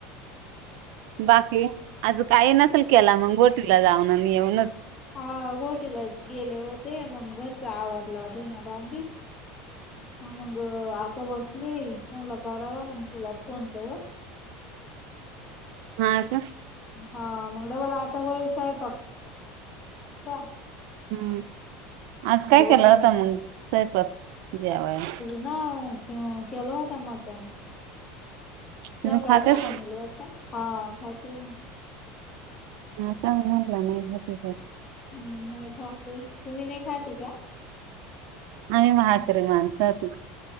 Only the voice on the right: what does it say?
बाकी? आज काही नसेल केला मग गोटीला जाऊन आणि येऊनच.
हा का?
हम्म, आज काय केलं
आता
मग स्वयपाक जेवायला?
तुम्ही खातेच
हा का म्हटला नाही <unintelligible>
आम्ही म्हातरी माणसात-